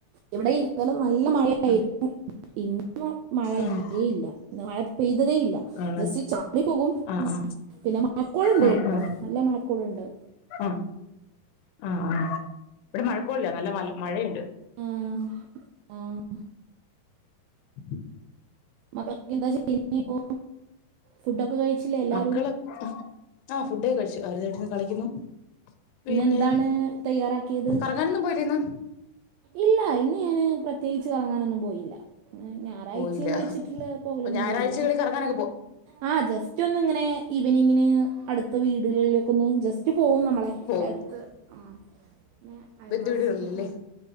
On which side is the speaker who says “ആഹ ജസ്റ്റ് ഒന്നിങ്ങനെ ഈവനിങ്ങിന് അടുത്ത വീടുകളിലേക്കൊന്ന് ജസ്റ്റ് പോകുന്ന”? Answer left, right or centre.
Right